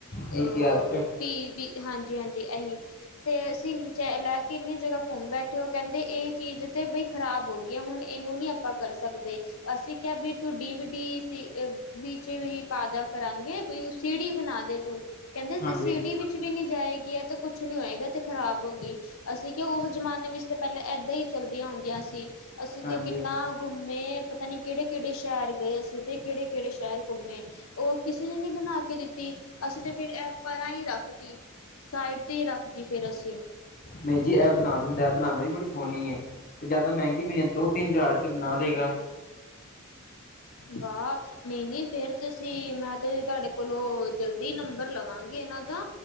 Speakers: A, on the left (about 40°); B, on the left (about 70°).
A: ਬੀ
B: ਅ
A: ਸੀ ਆਰ ਚ
B: ਵੀ ਹਾਂਜੀ-ਹਾਂਜੀ ਇਹੀ ਤੇ ਅਸੀਂ ਚ ਲੈ ਕੇ ਇੰਨੀ ਜਗ੍ਹਾ ਘੁੰਮ ਬੈਠੇ ਤੇ ਉਹ ਕਹਿੰਦੇ ਇਹ ਚੀਜ਼ ਤੇ ਬਈ ਖ਼ਰਾਬ ਹੋ ਗਈ ਆ ਹੁਣ ਇਹਨੂੰ ਨੀ ਆਪਾਂ ਕਰ ਸਕਦੇ ਅਸੀਂ ਕਿਹਾ ਵੀ ਤੂੰ ਡੀ ਵੀ ਡੀ ਸੀ ਵਿੱਚ ਹੀ ਪਦਾ ਕਰਾਂਗੇ ਬ ਸਿੜੀ ਬਣਾ ਦੇ ਤੂੰ ਕਹਿੰਦੇ
A: ਹਾਂਜੀ
B: ਤੇ ਸੀੜੀ ਵਿੱਚ ਵੀ ਨੀ ਜਾਏਗੀ ਹੈ ਤੇ ਕੁਛ ਨੀ ਹੋਏਗਾ ਤੇ ਖ਼ਰਾਬ ਹੋ ਗਈ ਅਸੀਂ ਕਿਹਾ ਉਸ ਜ਼ਮਾਨੇ ਵਿੱਚ ਤਾਂ ਪਹਿਲਾਂ ਏਦਾਂ ਹੀ ਚੱਲਦੀਆਂ ਹੁੰਦੀਆਂ ਸੀ ਅਸੀ ਤਾਂ
A: ਹਾਂਜੀ
B: ਕਿੰਨਾ ਘੁੰਮੇ ਪਤਾ ਨੀ ਕਿਹੜੇ-ਕਿਹੜੇ ਸ਼ਹਿਰ ਗਏ ਅਸੀਂ, ਤੇ ਕਿਹੜੇ-ਕਿਹੜੇ ਸ਼ਹਿਰ ਘੁੰਮੇ ਉਹ ਕਿਸੇ ਨੇ ਨਹੀਂ ਬਣਾ ਕੇ ਦਿੱਤੀ ਅਸੀਂ ਤੇ ਫਿਰ ਇਹ ਪਰਾਂ ਹੀ ਰੱਖਤੀ ਸਾਈਡ ਤੇ ਰੱਖਦੀ ਫਿਰ ਅਸੀਂ
A: ਨਹੀਂ ਜੀ ਇਹ ਬਣਾ ਦਿੰਦਾ ਇਹ ਬਣਾਉਦਾ ਵੀ ਬੜੀ ਸੋਹਣੀ ਹੈ ਤੇ ਜਿਆਦਾ ਮਹਿੰਗੀ ਵੀ ਦੋ-ਤਿੰਨ ਹਜ਼ਾਰ ਚ ਬਣਾ ਦੇਗਾ
B: ਵਾਹ ਨਹੀਂ-ਨਹੀਂ ਫਿਰ ਤੇ ਅਸੀਂ ਮੈਂ ਤੇ ਤੁਹਾਡੇ ਕੋਲੋਂ ਜਲਦੀ ਨੰਬਰ ਲਵਾਂਗੇ ਇਹਨਾਂ ਦਾ